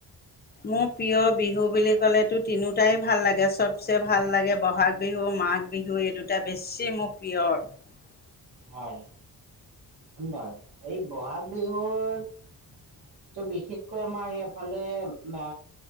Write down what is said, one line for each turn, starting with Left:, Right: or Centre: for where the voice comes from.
Left: মোৰ প্ৰিয় বিহু বুলি ক'লেতো তিনোটাই ভাল লাগে, চবচে ভাল লাগে বহাগ বিহু, মাঘ বিহু এই দুটা বেছি <unintelligible>
Right: হয়, সুন্দৰ, এই বহাগ বিহুত ত' বিশেষকৈ আমাৰ ইফালে না,